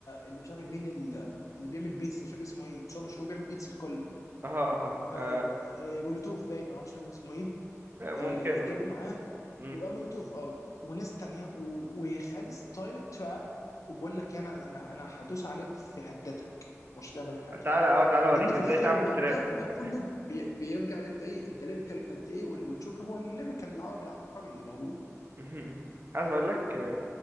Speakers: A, on the left; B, on the right.
A: اللي مش عارف مين اللي اللي بيعمل بيتس مش فاكر اسمه ايه بس هو مشهور بيعمل بيتس الكله
B: اها اها
A: آه
B: آه،
A: آه، مولوتوف باين أو مش فاكر اسمه ايه
B: آه، ممكن
A: آه، جابوا معاه
B: مم.
A: ومولوتوف اه وناس تانية و- وخد ستايل التراب وبقول لك انا انا انا هدوس عليك في حتتك مش هتعمل حاجه
B: تعالى اه تعالى
A: لان
B: اوريك
A: في
B: ازاي
A: الاخر
B: تعمل
A: الراب
B: تراب
A: ده
B: <laughs>
A: الراب كله بي- بيرجع ان انت ايه انت ليبيكال قد ايه وال- والجوكر هو الليبيكال العربي العبقري اللي موجود
B: مهم، مهم. عايز اقول لك آه،